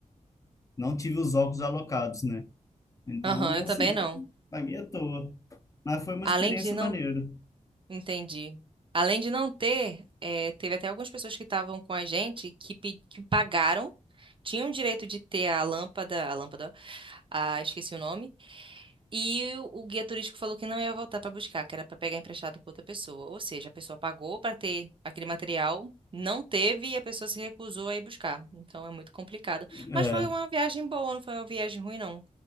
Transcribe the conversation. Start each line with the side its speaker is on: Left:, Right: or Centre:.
Left: não tive os óculos alocados, né? Então,
Right: aham, eu também
Left: assim,
Right: não.
Left: paguei à toa. Mas foi uma
Right: Além
Left: experiência
Right: de não.
Left: maneira.
Right: Entendi. Além de não ter, eh, teve até algumas pessoas que estavam com a gente que, pe- que pagaram, tinham o direito de ter a lâmpada, a lâmpada, ah, esqueci o nome, e o, o guia turístico falou que não ia voltar para buscar, que era para pegar emprestado com outra pessoa. Ou seja, a pessoa pagou para ter aquele material, não teve e a pessoa se recusou a ir buscar. Então é muito complicado.
Left: É,
Right: Mas foi uma viagem boa, não foi uma viagem ruim, não.